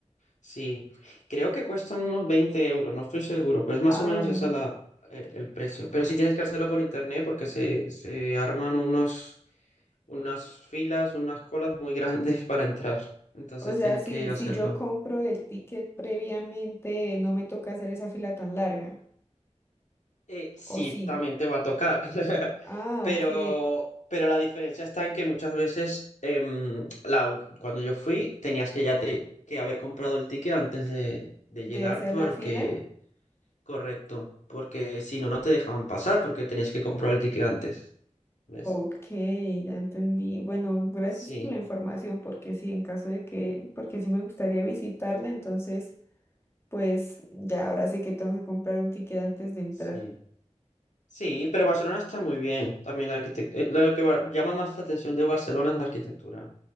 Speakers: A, on the left; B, on the left.
A: Sí, creo que cuestan unos 20 euros, no estoy seguro, pero es más
B: Ah,
A: o menos
B: bueno.
A: esa la, eh, el precio. Pero sí tienes que hacerlo por internet porque se, se arman unos, unas filas, unas colas muy <laughs> grandes para entrar. Entonces
B: O sea,
A: tienes
B: si,
A: que hacerlo.
B: si yo compro el ticket previamente, no me toca hacer esa fila tan larga.
A: Eh, sí,
B: ¿O sí?
A: también te va a tocar, <laughs>
B: Ah,
A: pero,
B: ok.
A: pero la diferencia está en que muchas veces em, la ul- cuando yo fui tenías que ya te, que haber comprado el ticket antes de, de
B: De
A: llegar
B: hacer
A: porque
B: la fila.
A: Correcto, porque si no, no te dejaban pasar porque tenías que comprar el ticket antes, ¿ves?
B: Ok, ya entendí. Bueno, gracias
A: Sí,
B: por la información, porque sí, en caso de que, porque sí me gustaría visitarla, entonces, pues ya ahora sé que tengo que comprar un ticket antes de entrar.
A: sí. Sí, pero Barcelona está muy bien. También la arquitectura, lo que va- llama más la atención de Barcelona es la arquitectura,